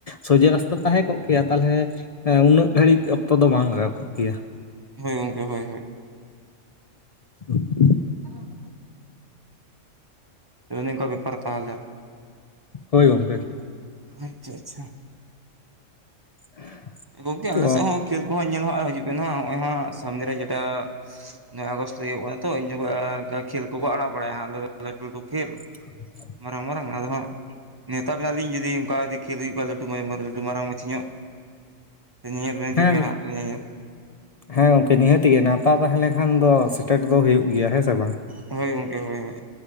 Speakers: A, on the left (about 65°); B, on the right (about 25°).
A: ᱥᱚᱡᱷᱮ ᱨᱟᱥᱛᱟ ᱛᱟᱦᱮᱸ ᱠᱚᱜ ᱠᱮᱭᱟ ᱛᱟᱞᱦᱮ ᱦᱮᱸ ᱩᱱᱟᱹᱜ ᱜᱷᱟᱹᱲᱤᱡ ᱚᱠᱛᱚ ᱫᱚ ᱵᱟᱝ ᱞᱟᱜᱟᱣ ᱠᱚᱜ ᱠᱮᱭᱟ᱾
B: ᱦᱳᱭ ᱜᱚᱢᱠᱮ ᱦᱳᱭ ᱦᱳᱭ᱾
A: <inaudible>
B: <inaudible> ᱚᱱᱮ ᱚᱱᱠᱟ ᱵᱮᱯᱟᱨ ᱛᱟᱦᱚᱞᱮ᱾
A: ᱦᱳᱭ ᱜᱚᱢᱠᱮ᱾
B: ᱟᱪᱪᱷᱟ ᱟᱪᱪᱷᱟ᱾
A: <inaudible>
B: ᱜᱚᱢᱠᱮ ᱟᱞᱮ
A: ᱛᱚ
B: ᱥᱮᱫ ᱦᱚᱸ ᱠᱷᱮᱞ ᱠᱚᱦᱚᱸ ᱧᱮᱞ ᱦᱟᱸᱜ ᱦᱤᱡᱩᱜ ᱵᱮᱱ ᱦᱟᱸᱜ ᱦᱚᱸᱜ-ᱚᱭ ᱦᱟᱸᱜ ᱥᱟᱢᱱᱮ ᱨᱮ ᱡᱮᱴᱟ ᱱᱚᱭ ᱟᱜᱚᱥᱴ ᱨᱮ ᱦᱩᱭᱩᱜ ᱠᱟᱱᱟ ᱛᱚ᱾ ᱤᱧ ᱡᱚᱠᱷᱚᱡ ᱟ ᱚᱱᱠᱟ ᱠᱷᱮᱞ ᱠᱚᱠᱚ ᱟᱲᱟᱜ ᱵᱟᱲᱟᱭᱟ ᱦᱟᱸᱜ ᱟᱞᱮ ᱫᱟ ᱞᱟᱹᱴᱩ ᱞᱟᱹᱴᱩ ᱠᱷᱮᱞ᱾
A: <inaudible>
B: ᱢᱟᱨᱟᱝ ᱢᱟᱨᱟᱝ ᱟᱫᱚ ᱦᱟᱸᱜ ᱱᱮᱣᱛᱟ ᱵᱮᱱᱟᱞᱤᱧ ᱡᱩᱫᱤ ᱚᱱᱠᱟ ᱡᱩᱫᱤ ᱠᱷᱮᱞ ᱦᱩᱭᱩᱜ ᱠᱷᱟᱡ ᱞᱟᱹᱴᱩ <unintelligible> ᱞᱟᱹᱴᱩ ᱢᱟᱨᱟᱝ ᱢᱟᱪᱷᱤ ᱧᱚᱜ᱾ ᱧᱮᱧᱮᱞ ᱵᱮᱱ ᱦᱤᱡᱩᱜ
A: ᱦᱮᱸ
B: ᱵᱮᱱ ᱦᱟᱸᱜ ᱛᱚᱵᱮ ᱧᱮᱧᱮᱞ᱾
A: ᱦᱮᱸ ᱜᱚᱝᱠᱮ ᱱᱤᱦᱟᱹᱛ ᱜᱮ ᱱᱮᱶᱛᱟ ᱛᱟᱦᱮᱸ ᱞᱮᱱᱠᱷᱟᱱ ᱫᱚ ᱥᱮᱴᱮᱨ ᱫᱚ ᱦᱩᱭᱩᱜ ᱜᱮᱭᱟ ᱦᱮᱸ ᱥᱮ ᱵᱟᱝ?
B: ᱦᱳᱭ ᱜᱚᱢᱠᱮ ᱦᱳᱭ ᱦᱳᱭ᱾